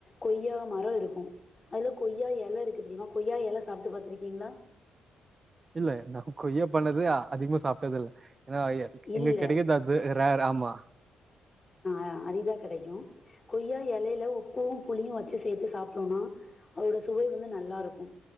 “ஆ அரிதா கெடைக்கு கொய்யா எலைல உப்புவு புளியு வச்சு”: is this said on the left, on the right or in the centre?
Left